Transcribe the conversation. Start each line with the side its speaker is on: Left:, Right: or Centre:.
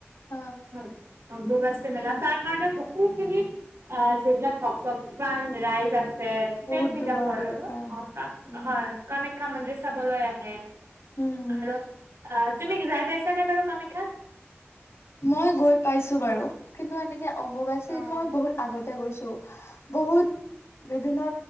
Left: অ।
Right: হয় অম্বুবাচী মেলা তাৰ কাৰণেও বহুতখিনি অ যবিলাক ভক্ত কিমান ৰাইজ আছে
Left: বহুত
Right: দেশ-বিদেশৰ
Left: দূৰৰ দূৰৰ
Right: আৰু
Left: পৰা
Right: হয়
Left: আহে।
Right: কামাখ্যা
Left: উম
Right: কামাখ্যা মন্দিৰ চাবলৈ আহে।
Left: উম হম
Right: আৰু আ তুমি যাই পাইছা নে বাৰু কামাখ্যাত?
Left: মই গৈ পাইছো বাৰু কিন্তু এনেকে অম্বুবাচীত
Right: অ
Left: মই বহুত আগতে গৈছো। বহুত বিভিন্ন